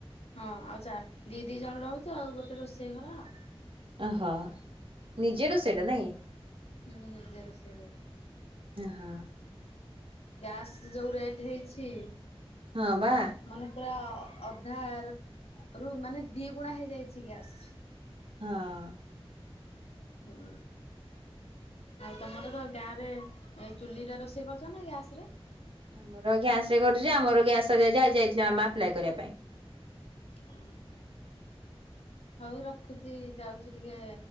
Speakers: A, on the left; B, on the right.
A: ହଁ ଆଉ ଦି ଦି ଜଣ ରହୁଛୁ ଆଉ ଗୋଟେ ରୋଷେଇ ଘରା ଆଉ।
B: ଓହୋ ନିଜେ ର ସେଇଟା ନାଇଁ
A: ହୁଁ ନିଜର ସେ କର
B: ହଁ ହଁ
A: ଗ୍ୟାସ ଯୋଉ ରେଟ୍ ହେଇଛି।
B: ହଁ ବା
A: ମାନେ ପୁରା ଅଧାର ରୁ ମାନେ ଦି ଗୁଣା ହେଇଯାଇଛି ଗ୍ୟାସ୍।
B: ହଁ
A: ହୁଁ ଆଉ ତମର ତ ଗାଁ ରେ ଚୁଲିରେ ରୋଷେଇ କରୁଛ ନା ଗ୍ୟାସ ରେ
B: ଆମର ଗ୍ୟାସ ରେ କରୁଛି ଆମର ଗ୍ୟାସ ଆ ଯାଇଥିଲ ଆମେ ଆପ୍ଲାଏ କରିବା ପାଇଁ।
A: ଓ ହ ହଉ ରଖୁଛି। ଯାଉଛି ଟିକେ